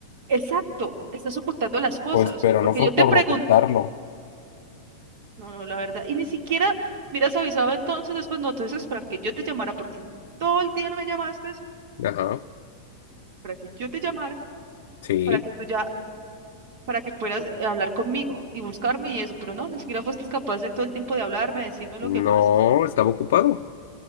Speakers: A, on the right; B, on the left.
A: exacto, estás ocultando las cosas.
B: pues, pero
A: Porque
B: no fue
A: yo te
B: por
A: pregunto,
B: ocultarlo.
A: no, no, la verdad, y ni siquiera miras avisado entonces, después no, tú dices esperar que yo te llamara, porque en todo el día no me llamaste,
B: Ajá,
A: para que yo te llamara,
B: sí,
A: para que tú ya, para que puedas eh, hablar conmigo y buscarme y eso, pero no, ni siquiera fuiste capaz en todo el tiempo de hablarme, decirme lo
B: no,
A: que pasa.
B: estaba ocupado.